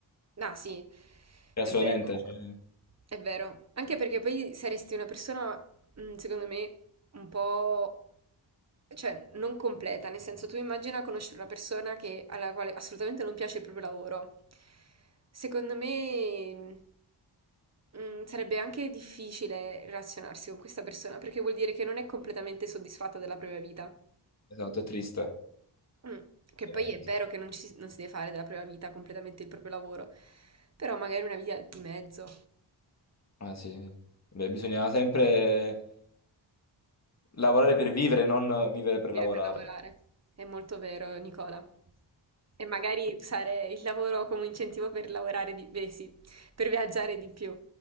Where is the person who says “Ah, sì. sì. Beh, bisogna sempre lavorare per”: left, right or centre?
Left